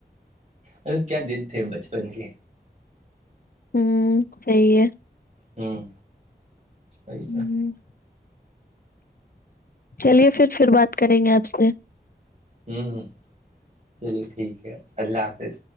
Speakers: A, on the right; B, on the left.
A: ارے کیا دن تھے بچپن کے
B: ہوں صحی ہے
A: ہوں سی
B: ہوں
A: تو
B: چلیے پھر پھر بات کریں گے آپ سے
A: ہوں چلیے ٹھیک ہے اللہ حافظ